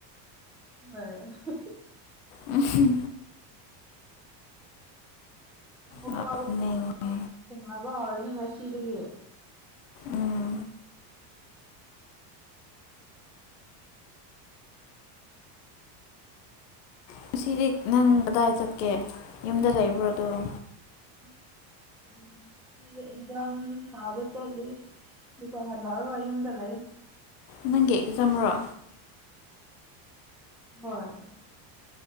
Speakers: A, in the centre; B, on the left (about 65°).
A: ꯍꯣꯏ ꯑꯍ ꯍꯨ
B: ꯎꯝꯍꯨꯝ
A: ꯕꯀꯥꯎ
B: ꯅꯣꯛꯅꯤꯡꯉꯦ
A: ꯁꯥꯅꯕ ꯍꯧꯔꯅꯤ ꯉꯁꯤꯗꯒꯤ
B: ꯎꯝ ꯉꯁꯤꯗꯤ ꯅꯪ ꯀꯗꯥꯏ ꯆꯠꯀꯦ ꯌꯨꯝꯗ ꯂꯩꯕ꯭ꯔꯣ ꯗꯨꯝ
A: ꯑꯁ <unintelligible> ꯑꯦꯛꯖꯥꯝ ꯊꯥꯕ ꯆꯠꯂꯨꯏ ꯗꯨꯀ ꯍꯜꯂꯛꯑꯒ ꯌꯨꯝꯗ ꯂꯩꯌꯦ
B: ꯅꯪꯒꯤ ꯑꯦꯛꯖꯥꯝꯔꯣ
A: <unintelligible>